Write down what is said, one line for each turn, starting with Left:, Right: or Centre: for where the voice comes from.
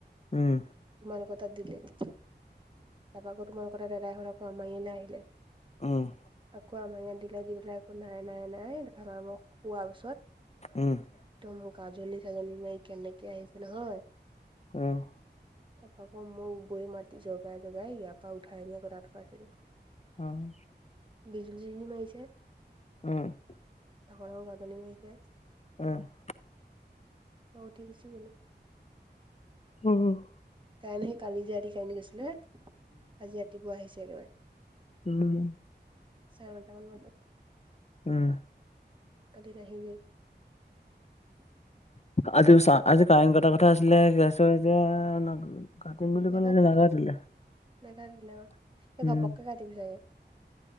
Left: উম
Right: <inaudible> তোমালোকৰ তাত দিলে তাৰপৰা আকৌ তোমালোকৰ তাত <unintelligible> <unintelligible> আমাৰ এইয়ালৈ আহিলে <inaudible>
Left: উম <unintelligible>
Right: আকৌ আমাৰ ইয়াত দিলে দি পেলাই একো নাই নাই নাই মই শোৱা পিছত <unintelligible>
Left: উম <unintelligible>
Right: একদম গাজনি-চাজনি মাৰি কেনেকে আহিছে নহয় <unintelligible>
Left: আহ <inaudible>
Right: তাৰপৰা আকৌ মোক বৌৱে মাতি জগাই-জগাই ইয়াৰ পৰা উঠাই নি আকৌ তাত শোৱাইছেগে <unintelligible>
Left: উম <unintelligible>
Right: বিজুলী-চিজুলী মাৰিছে <unintelligible>
Left: উম <unintelligible>
Right: ডাঙৰ-ডাঙৰ গাজনী মাৰিছে। <unintelligible>
Left: আহ <inaudible>
Right: <unintelligible> উঠি আছে। <unintelligible>
Left: উম <inaudible>
Right: কাৰেণ্ট সেই কালি যে ৰাতি কাৰেণ্ট গৈছিলে আজি ৰাতিপুৱা আহিছে একেবাৰে <unintelligible>
Left: উম <inaudible>
Right: চাৰে নটা মান বজাত
Left: উম <unintelligible>
Right: কালি নাহিলেই <unintelligible>
Left: আজিও চা আজি কাৰেণ্ট কটা কথা আছিলে কি আছ এতিয়া <unintelligible> কাটিম বুলি
Right: নাকাটি
Left: কলে নাকাটিলে <inaudible>
Right: নাকাটিলে অ এই
Left: উম
Right: ঘপককে
Left: <unintelligible>
Right: কাটিব চাগে